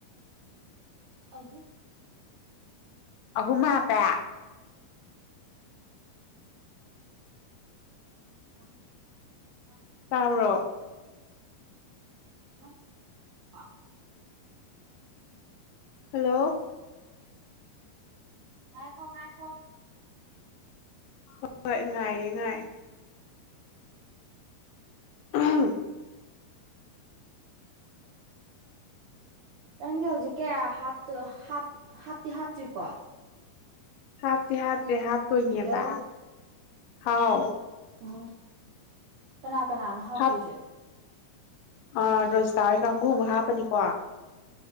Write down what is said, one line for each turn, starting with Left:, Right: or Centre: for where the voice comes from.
Right: ꯍꯧꯖꯨ
Left: ꯑꯍꯨꯝ ꯍꯥꯞꯄꯦ
Right: ꯑꯧ ꯍꯥ
Left: ꯇꯥꯕ꯭ꯔꯣ
Right: ꯎ ꯀ
Left: ꯍꯜꯂꯣ
Right: ꯉꯥꯢꯈꯣ ꯉꯥꯢꯈꯣ
Left: ꯍꯣꯏ ꯍꯣꯏ ꯉꯥꯏꯔꯦ ꯉꯥꯏ ꯎꯝ
Right: ꯅꯪꯒꯤ ꯍꯧꯖꯤꯛ ꯀꯌꯥ ꯍꯥꯞꯇꯣ ꯍꯥꯞ ꯍꯥꯞꯇꯤ ꯍꯥꯞꯇ꯭ꯔꯤꯀꯣ
Left: ꯍꯥꯞꯗꯤ ꯍꯥꯞꯇ꯭ꯔꯤ ꯍꯥꯞ ꯇꯣꯢꯅꯦꯕ
Right: ꯍꯜꯂꯣ
Left: ꯍꯥꯎ
Right: ꯎꯝ ꯀꯅꯥ ꯀꯅꯥꯅꯣ ꯍꯥꯞꯇꯣꯏꯁꯦ
Left: ꯍꯥꯞ ꯑ ꯔꯣꯁꯤꯇꯥꯥ ꯍꯣꯢ ꯀꯥꯡꯉꯨ ꯑꯃ ꯍꯥꯥꯞꯄꯅꯤꯀꯣ